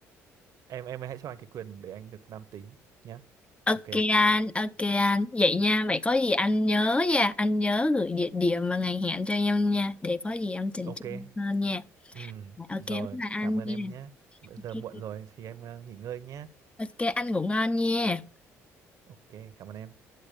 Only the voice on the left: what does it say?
Ok
anh, ok anh. Vậy nha, vậy có gì anh nhớ nha, anh nhớ gửi địa điểm và ngày hẹn cho em nha, để có gì em chỉnh
chu hơn nha.
Ok,
bye bye anh
nha.
Ok,
Ok, anh ngủ ngon nha.